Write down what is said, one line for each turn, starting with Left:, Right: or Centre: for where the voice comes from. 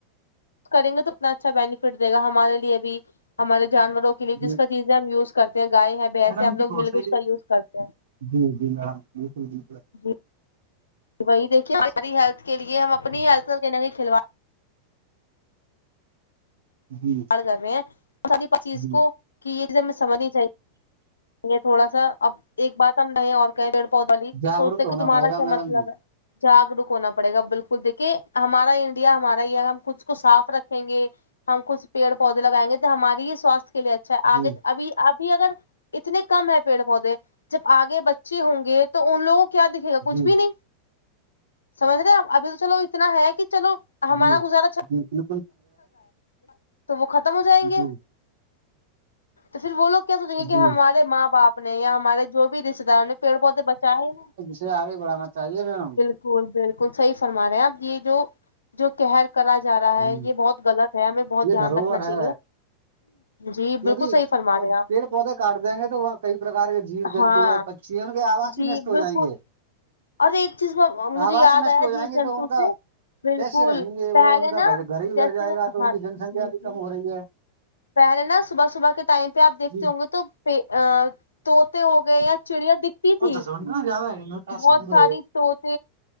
Left: کریں گے تو اتنا اچھا بینیفٹ دےا ہمارے لیے بھی ہمارے جانوروں کے لیے
Right: جی
Left: جس کا چیز ہم یوز کرتے ہیں گائے ہے بھینس
Right: میڈم
Left: سے ہم
Right: جی
Left: لگ
Right: بہت
Left: مل
Right: صحیح
Left: کے اس کا یوز کرتے ہیں
Right: جی جی میم بالکل بالکل <unintelligible>
Left: جی وہی دیکے ہماری ہیلتھ کے لیے ہم اپنی ہیتھ کھلو
Right: جی
Left: کر رہے ہیں س پ چیز
Right: جی
Left: کو کہ یہ چیز ہمیں سمجھنی چاہیے یہ تھوڑا سا اب ایک بات ہم نہیں اور کہیں پیڑ پودا لی تو
Right: جاگروک
Left: سوچتے
Right: ہونا
Left: کہ تمہارا
Right: پڑے گا
Left: کیا
Right: میڈم
Left: مطلب
Right: جی
Left: ہے جاگروک ہونا پڑے گا بالکل دیکے ہمارا انڈیا ہمارا یہ ہم خود کو صاف رکھ رکھیں گے ہم کچھ پیڑ پودے لگائیں گے تو ہماری ہی سوستھ کے لیے اچھا ہے
Right: جی
Left: آگے اھی آب اگر اتنے کم ہے پیڑ پودے جب آگے بچے ہوں گے تو ان لوگوں کیا دکھے گا کچھ
Right: جی
Left: بھی نہیں سمجھ رہےپ ابھی تو چلو اتنا ہے کہ چلو ہمارا
Right: جی
Left: گزارا
Right: جی جی
Left: تو وہ ختم ہو جائیں گے
Right: جی
Left: تو پھر وہ لوگ کیا سوچیں گے کہ
Right: جی
Left: ہمارے ماں باپ نے یا ہمارے جو بھی رشتے داروں نے پیڑ پودے بچائے ہیں نا
Right: اس سے آگے بڑھانا چاہیے میم
Left: بالکل بالکل صحی فرما رہے اب یہ جو جو کہہر کرا جا رہا
Right: ہ
Left: ہے یہ بہت غلط ہے ہمیں بہت
Right: یہ
Left: دھیان
Right: دھروہر
Left: رکھنا
Right: ہے
Left: چاہیے جی
Right: کیونکہ
Left: بالکل صحیح فرما رہے ہیں
Right: پیڑ پودے کاٹ دیں گے تو وہاں کئی پرکار کے جیو
Left: آپ
Right: جنتو
Left: ہاں
Right: ہیں چیون کے آواز
Left: جی
Right: ہی نشٹ ہو
Left: بالکل
Right: جائیں گے
Left: اور ایک چیز مجھے
Right: آواز
Left: یاد
Right: نشٹ
Left: آیا
Right: ہو جائیں
Left: جیو
Right: گے
Left: جنتو
Right: تو ان کا
Left: سے بالکل
Right: کیسے رہیں گے
Left: پہلے
Right: وہ ان کا
Left: نا
Right: گھر ہی اجڑ
Left: جیسے
Right: جائے گا تو
Left: ہاں
Right: ان کی جن سنکھیا
Left: جی
Right: بھی
Left: جی
Right: کم ہو رہی ہے
Left: پہلے نا صبح صبح کے ٹائم پہ آپ دیکھتے
Right: جی
Left: ہوں گے تو پ طوط ہو گئے چڑیا دکھتی
Right: اور
Left: تھی
Right: دس منٹ نا زیادہ ہے
Left: بہت ساری طط